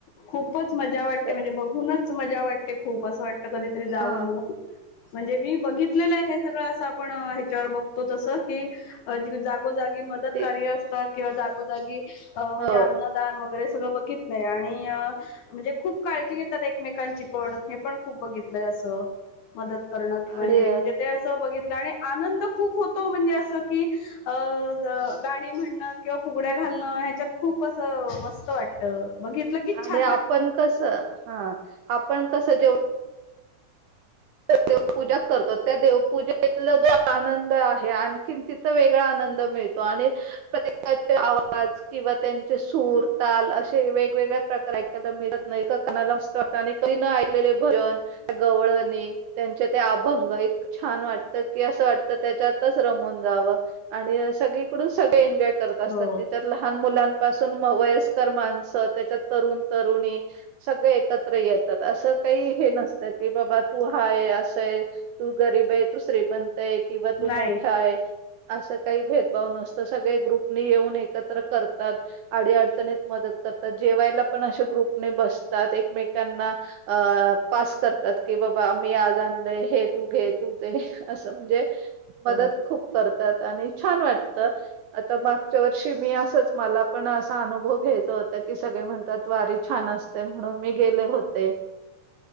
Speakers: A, on the left; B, on the right.
A: खूपच मजा वाटते,
B: तर
A: म्हणजे बघून च मजा वाटते. खूप अस वाटत कधीतरी जावं
B: हा
A: म्हणून म्हणजे मी बघितलेलं आहे हे सगळं असं आपण ह्याच्यावर बघतो तस की जागी मदत
B: ते
A: कार्य असतात. किंवा जाागो जाागी अ म्हणजे
B: हो
A: अन्नदान वगैरे सगळं बघितलंय आणि म्हणजे खूप काळजी घेतात एकमेकांची पण हे पण खूप बघितलंय असं मदत करणं
B: आणि
A: किंवा हे म्हणजे ते असं बघित आणि आनंद खूप होतो म्हणजे असं की अ गाणी म्हणणं किंवा फुगड्या घालणं ह्याच्यात खूप असं मस्त वाटत बघित की
B: आणि
A: छान
B: आपण कस हा आपण कसं जेवण देवपूजा करतो त्या देवपूजेतला जो आनंद आहे आणखीन तिथ वेगळा आनंद मिळतो आणि त्याचे आवाज किंवा त्यांचे सूर ताल असे वेगवेगळ्या प्रकार ऐकायला मिळत नाही कोकणातून आणि कही न ऐकलेले भजन, गवळणी त्यांचे ते अभंग इतक छान वाटत की असं वाटत त्याच्यातच रमून जावं आणि सगळीकडून सगळे एन्जॉय करत असतात
A: हो
B: तिथे लहान मुलां लहान मुलांपासून वयस्कर माणस त्याच्या तरुण तरुणी सगळे एकत्र येतात असं काही हे नसतं की बाबा तू हाय असं आहे तू गरीब आहे तू श्रीमंत आहे किंवा
A: नाही
B: तू मोठा आहे असं काही भेदभाव नसतं सगळे ग्रुप येऊन एकत्र करतात आडी- अडचणीत मदत करतात जेवायला पण ग्रुप बसतात एकमेकांना पास करतात कि बा मी आज आणले हे तू घे तू ते असं म्हणजे मदत
A: हो
B: खूप करतात आणि छान वाटत आता मागच्या वर्षी मी असंच मला पण असा अनुभव घ्यायचा होत की सगळे म्हणतात वारी छान असते म्हणून मी गेले होते.